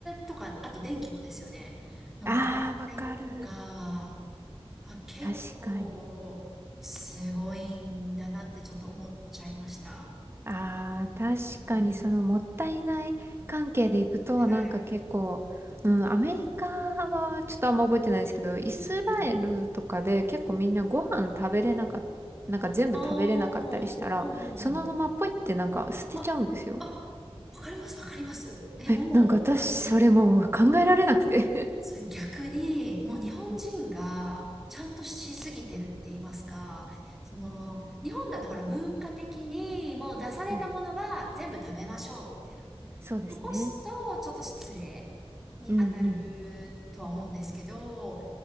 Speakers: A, in the centre; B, on the right.
A: とか、あと電気もですよね。の無駄遣いとか、
B: ああ、わかる。
A: あ、結構、
B: 確かに。
A: すごいんだなってちょっと思っちゃいました。
B: ああ、確かにそのもったいない関係でいくと、
A: うんはい。
B: なんか結構、うん、アメリカはちょっとあんま覚えてないですけど、イスラエルとかで結構みんなご飯食べれなかった、
A: うん。
B: なんか全部食べれなかったりしたら、
A: ああ、おうおうう。
B: そのままポイってなんか捨てちゃうんですよ。
A: あ、あ、わかります、わかります。え、
B: え、
A: もう、
B: なんか私それもう考えられなくて。
A: あの、それ逆に、もう日本人がちゃんとしすぎてるって言いますか、
B: うん
A: その、日本だとほら文化的にもう出されたものは全部食べましょう、
B: はい。
A: みたいな。
B: そうですね。
A: 残すとちょっと失礼に当たるとは思うんですけど、
B: うんうん。